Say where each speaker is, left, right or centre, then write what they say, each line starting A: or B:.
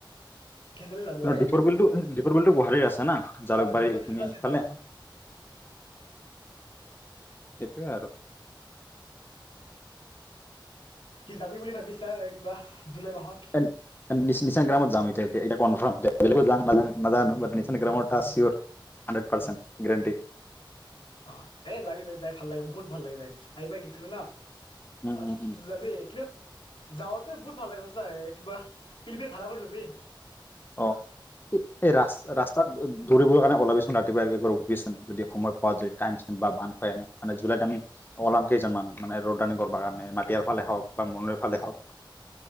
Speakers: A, on the left; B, on the left.
A: সেইফালে যাব
B: কিন্তু
A: এই
B: দীপৰ বিলটো দীপৰ বিলটো গোাহালীৰ আছে না জালুকবাৰী
A: অ দ্বীপৰ
B: এইখিনি
A: বিলতো আছে
B: ইফালে
A: অ
B: সেইটোৱে আৰু
A: কি যাবি বুলি ভাবিছা এ কিবা, জুলাই মাহত
B: এন এন নিচান গ্ৰামত যাম এতিয়া এতিয়া কনফাৰ্ম- বেলেগত, না নাজানো বাত নিশাগ্ৰামট তাস্ত চেৰিয়ৰ হানড্ৰেদ পাচেন গেৰাণণ্টি
A: অ এ যাবি যাবি যাই ভাল লাগি বহুত ভাল লাগে যাই আহি পাই গিছিলো ন
B: উম
A: অ
B: উম উম।
A: যাবি কিন্তু, যাওঁতে বহুত ভাল লাগে, সচাই কিবা পিকনিকৰ ভাড়া কৰিবি।
B: অঁ এই ৰাস্তাত- দৌৰিবৰ কাৰণে ওলাবিচোন ৰাতিপুৱা একবাৰ উঠবিিচোন যদি সময় পোৱা যদি টাইম বা' বান খুৱাই আনে মানে, জুলাইত আমি ওলাম কেইজনমান মানে ৰ'ডাং, ৰিণংকৰ কাৰণে মাটিৰ ফালে হওক বা মৌলয় ফালে হওক।